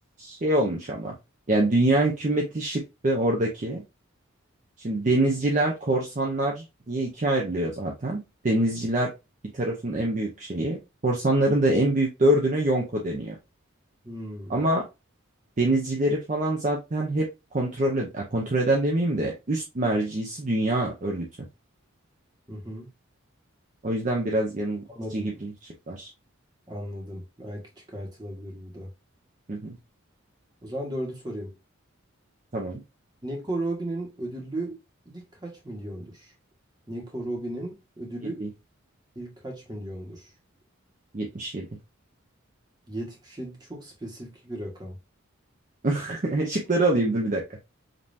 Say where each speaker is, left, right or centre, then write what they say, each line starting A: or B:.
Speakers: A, on the right; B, on the right.
A: şey olmuş ama. Yani dünya hükümeti şıktı oradaki. Şimdi denizciler, korsanlar diye ikiye ayrılıyor zaten. Denizciler bir tarafın en büyük şeyi. Korsanların da en büyük dördüne Yonko deniyor.
B: Hmm.
A: Ama denizcileri falan zaten hep kontrol, ed- ya kontrol eden demeyeyim de üst mercisi dünya örgütü.
B: Hı hı.
A: O yüzden biraz yanıltıcı
B: Anladım.
A: gibi şıklar.
B: Anladım. Belki çıkartılabilir bu da.
A: Hı hı.
B: O zaman dördü sorayım.
A: Tamam.
B: Nico Robin'in ödüllü ilk kaç milyondur? Nico Robin'in ödülü
A: 7.
B: ilk kaç milyondur?
A: 77.
B: 77 çok spesifik bir rakam.
A: <laughs> Şıkları alayım dur bir dakika.